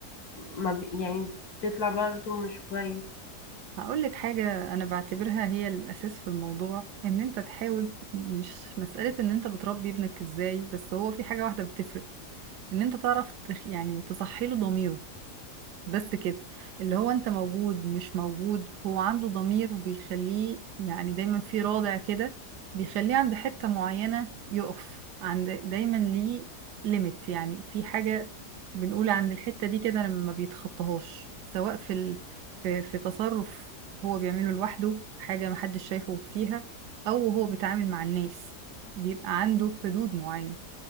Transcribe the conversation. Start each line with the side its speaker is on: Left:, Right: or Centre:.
Left: ما بي يعني بيطلع برضه مش كويس
Right: هقول لك حاجة أنا بعتبرها هي الأساس في الموضوع إن أنت تحاول مش مسألة إن أنت بتربي ابنك إزاي بس هو في حاجة واحدة بتفرق إن أنت تعرف تخ... يعني تصحي له ضميره بس كده اللي هو انت موجود مش موجود هو عنده ضمير وبيخليه يعني دايما في رادع كده بيخليه عند حتة معينة يقف عند دايما ليه ليميت يعني في حاجة بنقول عند الحتة دي كده لما بيتخطاهاش سواء في ال... في في تصرف هو بيعمله لوحده حاجة محدش شايفه فيها او هو بيتعامل مع الناس بيبقى عنده حدود معينة